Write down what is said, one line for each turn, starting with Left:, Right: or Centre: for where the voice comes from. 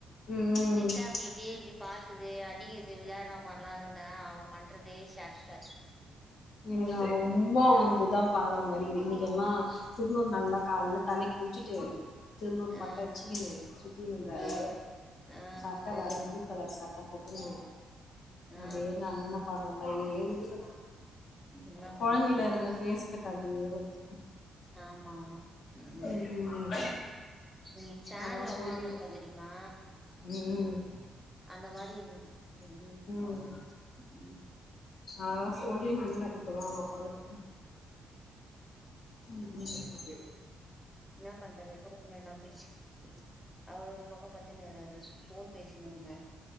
Left: ம்
Centre: நேத்த
Left: ம்
Centre: அப்டி அப்டியே இப்பிடி பாத்தது அடிக் இது விளையாடுற மாரிலா இருந்தா அவன் பண்றதே சாஷ்ட
Left: இங்க ரொம்ப வந்துதா பாக்குற மாரி இன்னிக்கெல்லா திருன்னூர் நல்லா கால்ல தலை குளிச்சுட்டு திருநூறு
Centre: ஆ
Left: பட்ட அச்சுக்குனு சுத்தினுந்தாறு
Centre: ஆ ஆ
Left: சட்ட வேற ப்ளூ <unintelligible> கலர் சட்டா போட்டு
Centre: ஆ
Left: அதே நல்லணம் பாக்குற மாரியே இருக்குது
Centre: என்னா
Left: கொழந்தையில
Centre: பண்றது
Left: இருந்த பேஸ் கட் அப்டியே வருது
Centre: ஆமா ஆமா ம்
Left: உம் உம்
Centre: ம் சேர்ல
Left: அத சொல்லிக்கிது
Centre: உக்காந்துருக்கோ தெரியுமா
Left: உம்
Centre: அந்த மாரி இருக்குது ம்
Left: உம்
Centre: ம் ம்
Left: அத சொல்லி இருந்த இப்பதான் அவங்க அப்பா கிட்ட உம் உம்
Centre: ம் என்ன பண்றது குடுப்பனா இல்லாம போய்ச்சு அவரோ ஒரு பக்கம் பத்துன்னுக்கிறாரு போன் பேசினுங்க